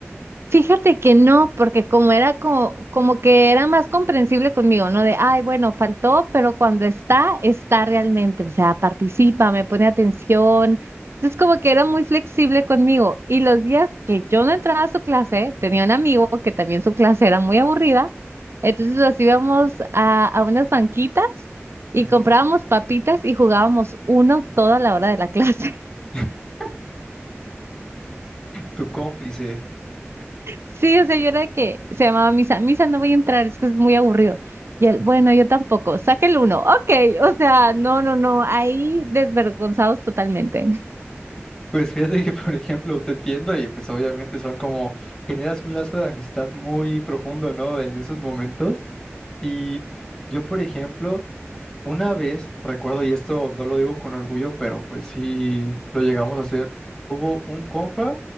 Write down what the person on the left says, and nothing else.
Ujú.
<laughs> tu cómplice.
Pues fíjate que, por ejemplo, te entiendo y pues obviamente son como, generas un lazo de amistad muy profundo, ¿no? En esos momentos. Y yo, por ejemplo, Una vez, recuerdo, y esto no lo digo con orgullo, pero pues sí lo llegamos a hacer, hubo un compa